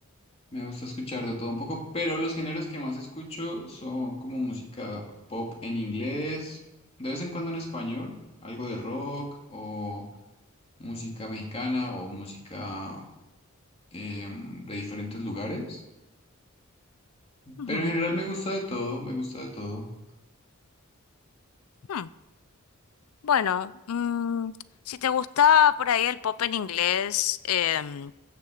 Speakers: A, on the left (about 30°); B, on the left (about 80°).
A: Me gusta escuchar de todo un poco, pero los géneros que más escucho son como música pop en inglés, de vez en cuando en español, algo de rock o música mexicana o música em, de diferentes lugares.
B: Ujú.
A: Pero en general me gusta de todo, me gusta de todo.
B: Hmm. Bueno, mm, si te gusta por ahí el pop en inglés, em,